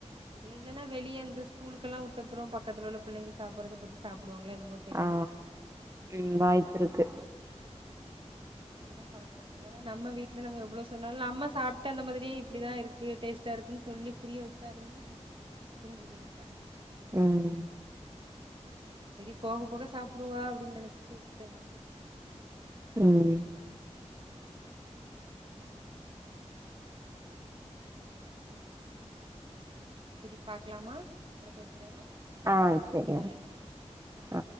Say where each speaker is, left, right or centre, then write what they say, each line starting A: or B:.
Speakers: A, on the right; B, on the right.
A: இலன்னா வெளியே இந்த ஸ்கூல்குளா விட்டப்ரோ பக்கத்துல உள்ள பிள்ளைங்க சாப்பறத பத்தி சாப்டுவாங்களோ என்னமோ தெரில
B: ஆ ம் வாய்ப் இருக்கு
A: ஆமா அப்டிதா பழக்குனு வேற நம்ம வீட்ல நம்ம எவ்ளோ சொன்னாலு நம்ம சாப்ட்டு அந்த மாரியே இப்டி தா இருக்கு டேஸ்டா இருகுன்னு சொல்லி புரிய வச்சா லுமே புரிஞ்சுக்க மாட்றாங்க
B: ம்
A: செரி போக போக சாப்புடுவா அப்டின்னு நெனைச்சிட்டு விட்டே நானு
B: ம்
A: சேரி செரி பாக்கலாமா அப்ரோ பேசுறே
B: ஆ செரி
A: கொஞ்ச வேல இருக்கு
B: ஆ